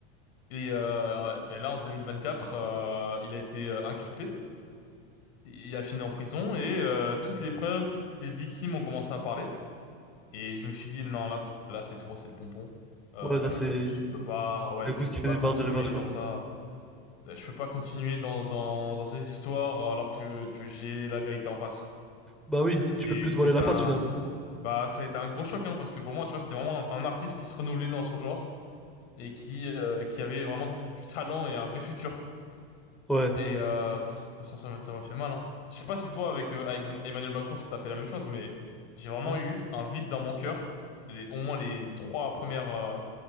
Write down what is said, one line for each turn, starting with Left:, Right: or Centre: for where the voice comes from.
Left: Et euh, ouais, ben là, en 2024, euh, il a été euh, inculpé. Il a fini en prison et euh, toutes les preuves, toutes les victimes ont commencé à parler. Et je me suis dit, non, là, c'est, là, c'est trop, c'est le pompon. Euh,
Centre: là, c'est
Left: je peux pas, ouais,
Centre: la goutte
Left: je peux
Centre: qui fait
Left: pas
Centre: des barres
Left: continuer
Centre: de l'évase, quoi.
Left: dans ça. Je peux pas continuer dans, dans, dans ces histoires alors que tu, j'ai la vérité en face.
Centre: Bah oui, tu
Left: Et
Centre: peux plus te
Left: c'est
Centre: voiler la
Left: un,
Centre: face, finalement.
Left: bah, ça a été un gros choc, hein, parce que pour moi, tu vois, c'était vraiment un, un artiste qui se renouvelait dans son genre et qui, euh, qui avait vraiment du talent et un vrai futur.
Centre: Ouais.
Left: Et euh, pff, franchement, ça m'a ça m'a fait mal, hein. Je sais pas si toi, avec, euh, avec Ma- Emmanuel Macron, ça t'a fait la même chose, mais j'ai vraiment
Centre: Ouais.
Left: eu un vide dans mon cœur, les, au moins les trois premières euh,